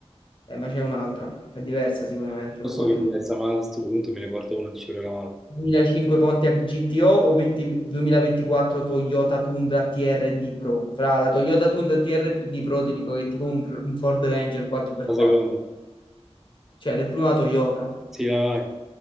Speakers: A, on the left; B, in the centre.
A: eh, ma c'è un'altra, è diversa sicuramente
B: Lo
A: per
B: so
A: qualche
B: che è diversa,
A: motivo.
B: ma a questo punto me ne porto uno di Chevrolet Camaro.
A: 2005 Pontiac GTO o 20 2024 Toyota Tundra TRD Pro. Fra la Toyota Tundra TRD Pro ti dico che è tipo un, un Ford Ranger 4x4,
B: La seconda.
A: cioè ed è prima Toyota.
B: Sì, vai, vai.